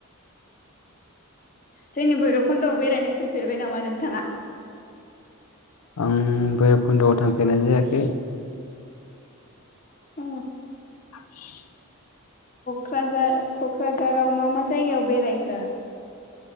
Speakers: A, on the left (about 35°); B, on the left (about 80°).
A: जोंनि भैरबखन्दयाव बेरायनो फैफेरबाय नामा नोंथाङा?
B: आं बैरबखुन्दयाव थांफेरनाय जायाखै।
A: अ।
B: <inaudible>
A: क'क्राझार क'क्राझाराव मा मा जायगायाव बेरायखो?